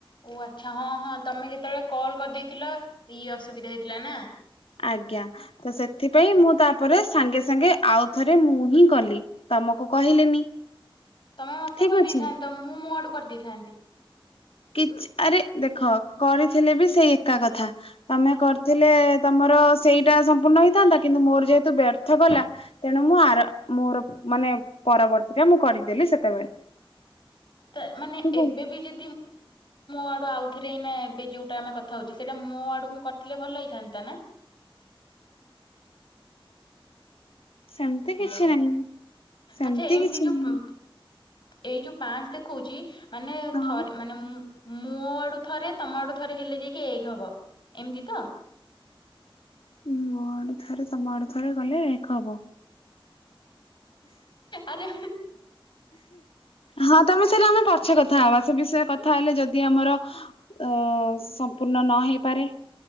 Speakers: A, on the left; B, on the left.
A: ଓ ଆଚ୍ଛା ହଁ ହଁ ତମେ ଯେତେବେଳେ କଲ କରିଦେଇଥିଲ ଇଏ ଅସୁବିଧା ହେଇଥିଲା ନା?
B: ଆଜ୍ଞା ତ ସେଥିପାଇଁ ମୁଁ ତାପରେ ସାଙ୍ଗେ ସାଙ୍ଗେ ଆଉ ଥରେ ମୁଁ ହିଁ କଲି। ତମକୁ କହିଲିନି।
A: ତମେ ମତେ
B: ଠିକ
A: କହିଦେଇଥାନ୍ତ
B: ଅଛି।
A: ମୁଁ ମୋ ଆଡୁ କରିଦେଇଥାନ୍ତି।
B: କି ଆରେ ଦେଖ କରିଥିଲେ ବି ସେଇ ଏକା କଥା। ତମେ କରିଥିଲେ ତମର ସେଇଟା ସମ୍ପୂର୍ଣ ହେଇଥାନ୍ତା କିନ୍ତୁ ମୋର ଯେହେତୁ ବ୍ୟର୍ଥ କଲା ତେଣୁ ମୁଁ ଆର ମୋର ମାନେ ପରବର୍ତ୍ତୀ ଟା ମୁଁ କରିଦେଲି ସେତେବେଳେ
A: ତ ମାନେ
B: ଠିକ
A: ଏବେ
B: ଅଛି।
A: ବି ଯେ ଆଡୁ ଆଉଥରେ ଏବେ ଯୋଉଟା ଆମେ କଥା ହଉଛି ସେଇଟା ମୋ ଆଡୁ ମୁଁ କରିଥିଲେ ଭଲ ହେଇଥାନ୍ତା ନା?
B: ସେମିତି
A: ହ୍ୟାଲୋ
B: କିଛି ନାହିଁ ସେମିତି
A: ଆଚ୍ଛା ଏମ
B: କିଛି
A: ଦିଜୁ
B: ନାହିଁ
A: ଉ ଏଇ ଯୋଉ ପାଞ୍ଚ ଦେଖଉଛି ମାନେ
B: ହଁ।
A: ଥରେ ମାନେ ମୁଁ ମୁଁ ଆଡୁ ଥରେ ତମ ଆଡୁ ଥରେ ହେଲେ ଯାଇକି ଏକ ହବ ଏମିତି ତ?
B: ମୋ ଆଡୁ ଥରେ ତମ ଆଡୁ ଥରେ କଲେ ଏକ ହବ?
A: ଆରେ
B: ହଁ ତମେ ସେଇଟା ଆମେ ପଛେ କଥା ହବା ସେ ବିଷୟରେ କଥା ହେଲେ ଯଦି ଆମର ଅ ସମ୍ପୂର୍ଣ୍ଣ ନ ହେଇପାରେ